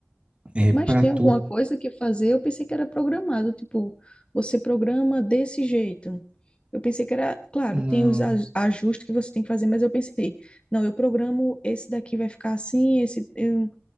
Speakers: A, on the right; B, on the left.
A: é,
B: Mas
A: para
B: tem
A: tu,
B: alguma coisa que fazer? Eu pensei que era programado, tipo, você programa desse jeito. Eu pensei que era, claro,
A: não
B: tem os aj- ajustes que você tem que fazer, mas eu pensei, não, eu programo esse daqui vai ficar assim, esse eu-